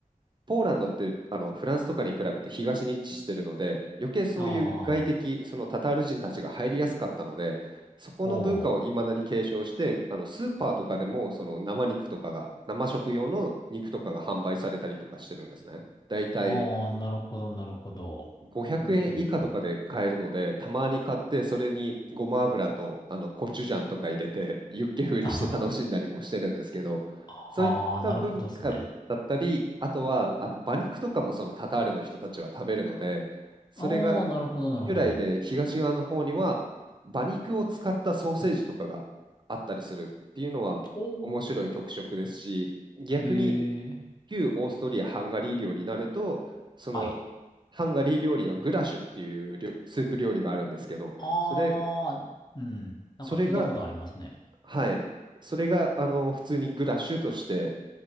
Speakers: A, on the right; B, on the left.
A: ポーランドってあのフランスとかに比べて東に位置してるので余計そういう外敵そのタタール人たちが入りやすかったのでそこの文化をいまだに継承してあのスーパーとかでもその生肉とかが生食用の肉とかが販売されたりとかしてるんですね。
B: あ、ああ、おー
A: だいたい
B: ああ、なるほど、なるほど。
A: 500円以下とかで買えるので、
B: ほうほうほう。
A: たまに買って、それにごま油とあのコチュジャンとか入れて、ユッケ風にして楽しんだりもしてるんですけど、
B: <laughs> あははあー、
A: そういった文化だったり、
B: なるほどっすね。
A: あとはあの馬肉とかもそのタタールの人たちは食べるので、それが
B: ああ、なるほど、なるほど。
A: 由来で東側の方には馬肉を使ったソーセージとかがあったりするっていうのは面白い特色ですし、
B: お
A: 逆に
B: ええ
A: 旧オーストリア・ハンガリー領になると、そのハンガリー料理のグラシュっていう料スープ料理があるんですけど、
B: はい。あー、
A: それ、
B: うん。なんか聞いたことありますね。
A: それが、はい、それがあの普通にグラシュとして